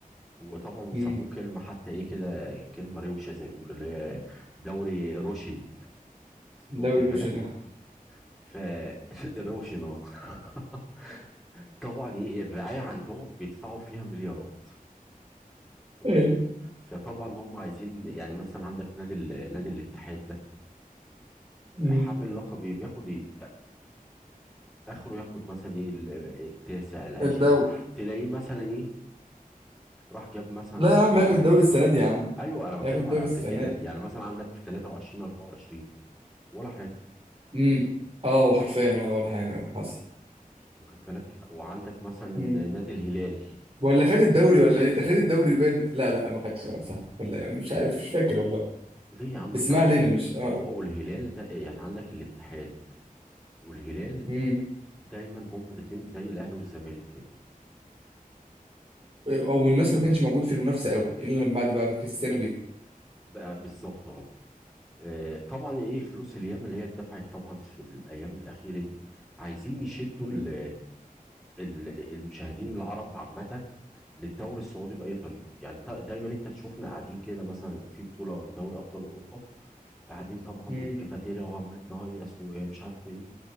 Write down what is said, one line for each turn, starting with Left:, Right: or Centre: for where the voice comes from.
Centre: وطبعا وسموه
Right: امم
Centre: كلمة حتى ايه كده كلمة روشة زي ما بيقولوا اللي هي دوري روشن واخد
Right: دوري روشن
Centre: بالك
Right: أهو.
Centre: ف <laughs> روشن اه <laughs> طبعا ايه الرعاية عندهم بيدفعوا فيها مليارات واخد
Right: ايه
Centre: بالك؟ فطبعا هم عايزين يعني مثلا عندك نادي ال- نادي الاتحاد ده
Right: امم
Centre: حامل لقب إيه؟ بياخد إيه؟ اخره ياخد مثلا ايه ال- التاسع العاشر
Right: الدوري
Centre: تلاقيه مثلا ايه راح جاب مثلا
Right: لا
Centre: لاعب
Right: يا عم ياخد الدوري السنه دي يا عم
Centre: ايوه انا بتكلم
Right: ياخد الدوري
Centre: على قبل
Right: السنه
Centre: كده
Right: دي
Centre: يعني مثلا عندك في 23 24 ولا حاجه
Right: امم اه وحرفيا اه ولا حاجه حصل
Centre: واخد بالك وعندك مثلا
Right: امم
Centre: نادي الهلال
Right: ولا خد الدوري ولا ايه ده خد الدوري بين لا لا ما خدش اه صح ولا إيه؟ انا مش عارف مش فاكر والله
Centre: ليه يا عم
Right: بس
Centre: انت
Right: ما
Centre: عندك
Right: علينا مش اه
Centre: هو والهلال ده يعني عندك الاتحاد والهلال
Right: امم
Centre: دايما هما الاثنين زي الاهلي والزمالك كده
Right: او الناس ما كانش موجود في المنافسه قوي الا لما بعد بقى ما كريستيانو جه
Centre: بقى بالظبط اهو آه، طبعا ايه الفلوس الياما اللي هي اتدفعت طبعا في الايام الاخيره دي عايزين يشدوا
Right: امم
Centre: ال- ال- المشاهدين العرب عامة للدوري السعودي بأي طريقة يعني تا- دايما انت تشوفنا قاعدين كده مثلا لو في بطولة لدوري أبطال أوروبا قاعدين طبعا
Right: امم
Centre: في الكافيتيريا وعمالين نهيص ومش عارف ايه